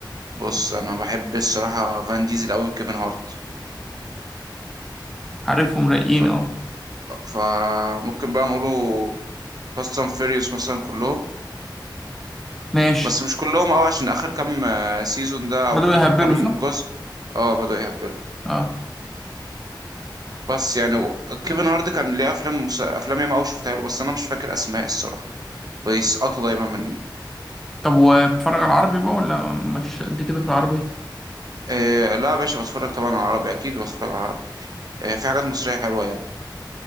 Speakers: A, on the right; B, in the centre.
A: بص انا بحب الصراحه فان ديزل قوي وكيفن هارت
B: عارفهم رايقين
A: ف...
B: اه
A: فممكن بقى نقوله فاست اند فيريوس مثلا كلهم
B: ماشي
A: بس مش كلهم قوي عشان اخر كام سيزون ده
B: بدأوا
A: او اخر
B: يهبلوا
A: كام
B: صح
A: جزء اه بدأوا يهبلوا
B: اه
A: بس يعني و- كيفن هارد كان ليه افلام مس- افلام ياما قوي شفتها له بس انا مش فاكر اسماء الصراحه بيسقطوا دايما مني
B: طب وبتتفرج على العربي بقى ولا مش قد كده في العربي
A: إيه لا يا باشا بتفرج طبعا على عربي اكيد بتفرج على عربي إيه في حاجات مصريه حلوه ياما